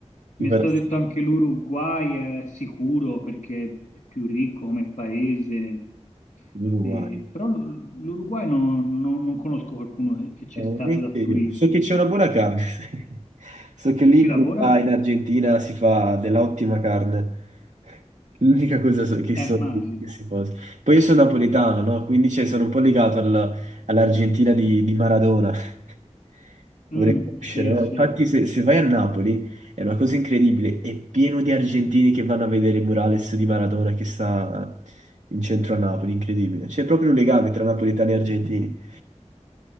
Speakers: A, on the right; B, on the left.
A: Ti
B: mi
A: farò
B: è stato
A: sapere
B: detto anche l'Uruguay è sicuro perché è più ricco come paese,
A: l'Uruguay.
B: E- però l- l'Uruguay non, non- non conosco qualcuno che che c'è
A: Veramente
B: stato da turista.
A: io. So che c'è una buona carne. <laughs> So che
B: Chi
A: lì
B: ci
A: in
B: lavora?
A: Uruguay, in Argentina si fa dell'ottima carne. L'unica cosa so- che
B: Eh,
A: so
B: immagino.
A: di queste cose. Poi io sono napoletano, no? Quindi cioè, sono un po' legato al- all'Argentina di, di Maradona. <laughs> Vorrei
B: Mm,
A: conoscere,
B: sì,
A: no?
B: sì.
A: Infatti, se, se vai a Napoli è una cosa incredibile. È pieno di argentini che vanno a vedere il murales di Maradona che sta in centro a Napoli. Incredibile. C'è proprio un legame tra napoletani e argentini.